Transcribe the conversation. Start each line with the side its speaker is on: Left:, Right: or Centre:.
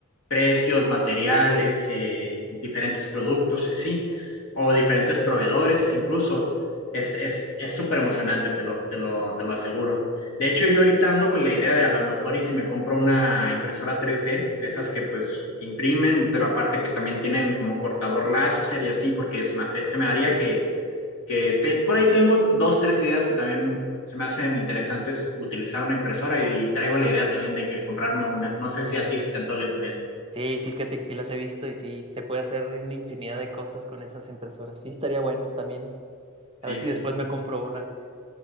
Left: precios, materiales, eh, diferentes productos, y sí, o diferentes proveedores incluso, es, es, es súper emocionante, te lo, te lo, te lo aseguro. De hecho, yo ahorita ando con la idea de a lo mejor y si me compro una impresora 3D, de esas que pues imprimen, pero aparte que también tienen como cortador láser y así, porque se me hace- se me haría que que te- por ahí tengo dos, tres ideas que también se me hacen interesantes utilizar una impresora y traigo la idea también de que comprarme una. No sé si a ti se te antoje también.
Right: Sí, sí, fíjate que sí las he visto y sí, se puede hacer una infinidad de cosas con esas impresoras. Sí, estaría bueno también.
Left: Sí,
Right: A ver si
Left: sí.
Right: después me compro una.